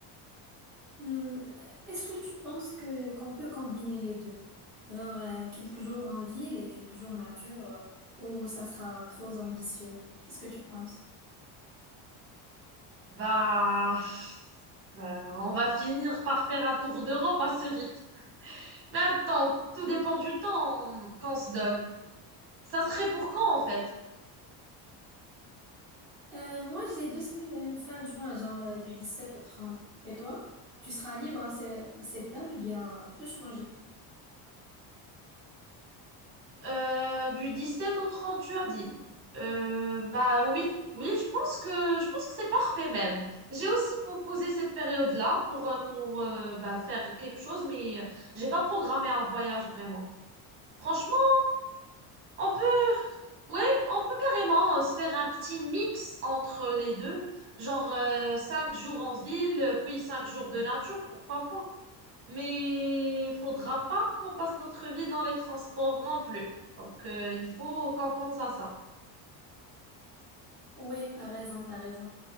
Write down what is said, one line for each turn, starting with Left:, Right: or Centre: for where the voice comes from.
Centre: Hmm, est-ce que tu penses que qu'on peut combiner les deux? Genre euh, quelques jours en ville et quelques jours nature, euh, ou ça sera trop ambitieux? Qu'est-ce que tu penses?
Right: Bah, bah, on va finir par faire un tour d'Europe à ce rythme. Mais attends, tout dépend du temps qu'on se donne. Ça serait pour quand en fait?
Centre: Euh, moi, j'ai deux semaines euh, fin juin, genre euh, du 17 au 30. Et toi? Tu seras libre à, ce- à cette date ou bien peut changer?
Right: Euh, du sept au 30, tu as dit. Euh, bah oui, oui, je pense que je pense que c'est parfait même. J'ai aussi proposé cette période-là pour euh, pour euh, bah, faire quelque chose, mais euh, j'ai pas programmé un voyage vraiment. Franchement, on peut ouais, on peut carrément euh, se faire un petit mix entre les deux, genre euh, cinq jours en ville, euh, puis cinq jours de nature, pourquoi pas. Mais il faudra pas qu'on passe notre vie dans les transports non plus. Donc euh, il faut qu'on pense à ça.
Centre: Oui, t'as raison, t'as raison.